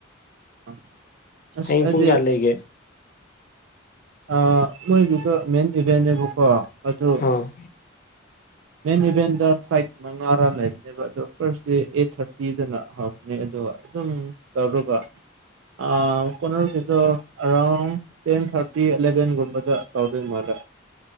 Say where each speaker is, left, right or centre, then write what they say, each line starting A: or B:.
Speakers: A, on the right (about 75°); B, on the left (about 45°).
A: <inaudible>
B: ꯍꯌꯦꯡ
A: ꯑꯩꯗꯤ
B: ꯄꯨꯡ ꯀꯌꯥꯗ ꯂꯩꯒꯦ
A: ꯑ ꯃꯣꯏꯗꯨꯗ ꯃꯦꯟ ꯏꯚꯦꯟꯅꯦꯕꯀꯣ ꯑꯗꯨ
B: ꯑꯥ
A: ꯃꯦꯟ ꯏꯚꯦꯟꯗ ꯐꯥꯏꯠ ꯃꯉꯥꯔ ꯂꯩ ꯕ ꯑꯗꯣ ꯐꯥꯔꯁꯗꯦ ꯑꯩꯠ ꯊꯥꯔꯇꯤꯗꯅ ꯍꯧꯕꯅꯦ ꯑꯗꯨꯒ ꯑꯗꯨꯝ ꯇꯧꯔꯒ ꯑ <unintelligible> ꯑꯔꯥꯎꯟ ꯇꯦꯟ ꯊꯥꯔꯇꯤ ꯑꯦꯂꯕꯦꯟ ꯒꯨꯝꯕꯗ ꯇꯧꯗꯨꯏ ꯃꯥꯜꯂꯦ